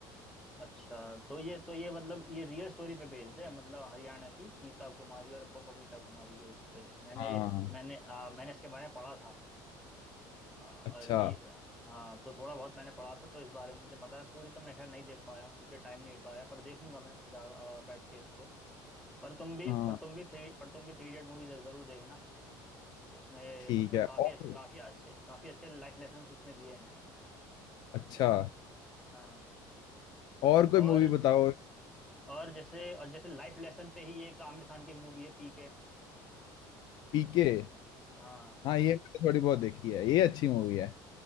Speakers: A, in the centre; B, on the left.
A: अच्छा तो ये तो ये मतलब ये रियल स्टोरी पे बेस्ड है मतलब हरियाणा की गीता कुमारी और ब- बबीता कुमारी के उस पे मैंने
B: हाँ
A: मैंने आ, मैंने इसके बारे में पढ़ा था हाँ, और
B: अच्छा
A: री हाँ तो थोड़ा बहुत मैंने पढ़ा था तो इस बारे में मुझे पता है पूरी तो मैं खैर नहीं देख पाया हूँ क्योंकि टाइम नहीं मिल पाया पर देखूंगा मैं जा अ, बैठ के इसको पर तुम भी
B: हाँ
A: पर तुम भी थ्री पर तुम भी थ्री इडियट मूवीज जरूर देखना उसमें
B: ठीक
A: उसमें
B: है
A: काफी
B: और
A: अच्छे काफी अच्छे काफी अच्छे लाइफ लेसन उसमें दिए हैं
B: अच्छा
A: हाँ
B: और कोई
A: और
B: मूवी बताओ
A: और जैसे और जैसे लाइफ लेसन पे ही एक आमिर खान की मूवी है पीके
B: पीके
A: हाँ
B: हाँ ये मैंने थोड़ी बहुत देखी है ये अच्छी मूवी है